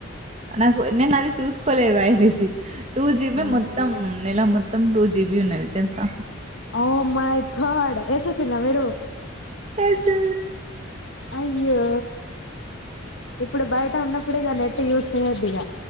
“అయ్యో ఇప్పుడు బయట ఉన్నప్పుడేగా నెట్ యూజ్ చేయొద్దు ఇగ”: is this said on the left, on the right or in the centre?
Left